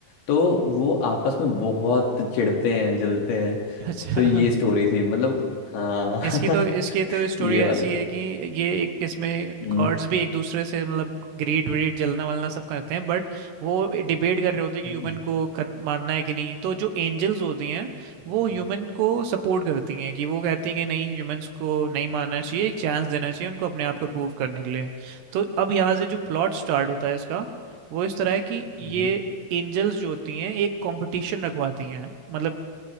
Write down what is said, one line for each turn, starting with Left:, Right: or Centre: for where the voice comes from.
Left: तो वो आपस में बहुत चिढ़ते हैं जलते हैं
Right: <laughs> अच्छा
Left: तो ये स्टोरी थी मतलब हाँ
Right: इसकी तो इसकी तो
Left: <laughs>
Right: स्टोरी
Left: ये
Right: ऐसी
Left: वाली
Right: है कि ये एक इसमें
Left: हम्म
Right: गॉड्स भी एक दूसरे से मतलब ग्रीड व्रीड जलना वलना सब करते हैं बट वो डिबेट कर रहे होते हैं कि
Left: हम्म,
Right: ह्यूमन को कर, मारना है कि नहीं तो जो एंजल्स होती हैं वो
Left: हम्म,
Right: ह्यूमन को सपोर्ट करती हैं कि वो कहती हैं कि नहीं ह्यूमंस को नहीं मारना चाहिए एक चांस देना चाहिए उनको अपने आप को प्रूव करने के लिए तो अब यहाँ से जो प्लॉट स्टार्ट होता है इसका वो इस तरह है कि
Left: हम्म,
Right: ये एंजल्स जो होती हैं एक कंपटीशन रखवाती हैं मतलब